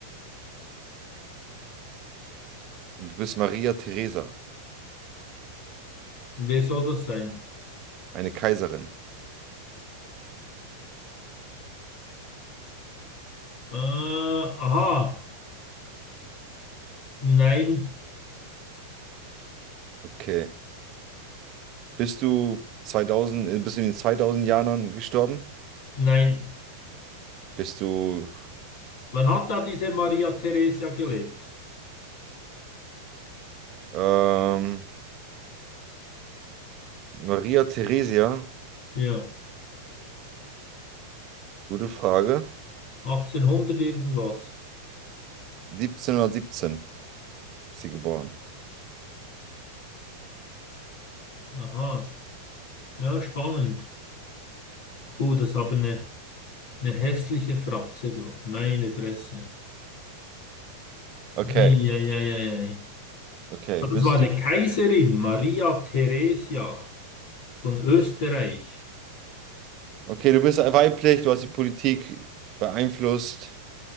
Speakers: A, on the right (about 40°); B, on the left (about 65°).
A: Du bist Maria Theresa,
B: Wer soll das sein?
A: eine Kaiserin.
B: Äh, aha, nein,
A: Okay. Bist du zweitausend, äh, bist du in den 2000 Jahren gestorben?
B: nein.
A: Bist du
B: Wann hat da diese Maria Theresia gelebt?
A: ähm, Maria Theresia?
B: Ja,
A: Gute Frage.
B: 1800 irgendwas.
A: 1717 ist sie geboren.
B: Aha, ja, spannend. Uh, das haben eine, eine hässliche Fratze, du. Meine Fresse.
A: Okay,
B: Eieieiei.
A: okay.
B: Also
A: Bist
B: das war eine Kaiserin, Maria Theresia von Österreich.
A: Okay, du bist weiblich, du hast die Politik beeinflusst.